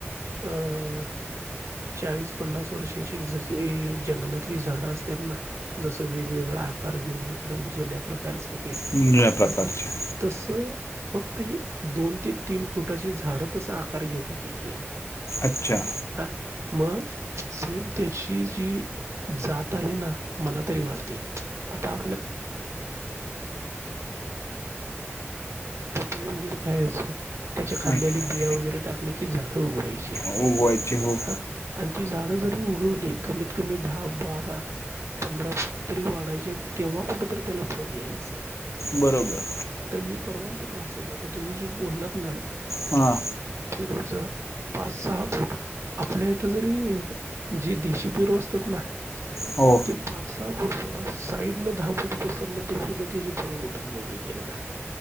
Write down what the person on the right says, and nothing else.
अ चाळीस-पन्नास वर्षाची जशि जंगलात. त्यातली झाडं असतात ना जसं वेगवेगळा आकार घेऊन एकदम जुन्या प्रकारचं ते.
असतात तस. फक्त हि दोन ते तीन फुटाची झाडं तसा आकार घेत होती ही.
हा मग सेम त्याची जी जात आहे ना मला तरी वाटते. आता पपई वगैरे खायाचो. त्याच्या खाल्लेली
बिया वगैरे टाकले की झाडं उगवायची
हा आणि तीच झाडं जरी उगवली कमीत कमी दहा, बारा, पंधरा फूट तरी वाढायचे आणि तेव्हा कुठंतरी त्याला फळ यायचं.
तर मी परवा सुद्धा असं जात होत तुम्ही जे बोललात ना,
पेरूच पाच, सहा फूट आपल्या इथं जरी जे देशी पेरू असत त ना
ते पाच, सहा थोडा साईड न दहा फूट पसरलं तरी सुद्धा त्याची फळ उठत नाही एकेकदा.